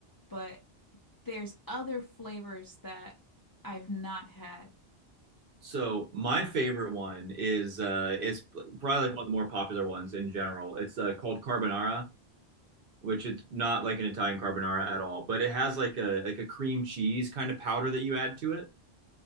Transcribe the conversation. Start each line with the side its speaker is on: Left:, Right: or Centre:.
Left: But there's other flavors that I've not had.
Right: So my favorite one is uh, it's probably like one of the more popular ones in general. It's uh, called carbonara. which it's not like an Italian carbonara at all, but it has like a like a cream cheese kind of powder that you add to it,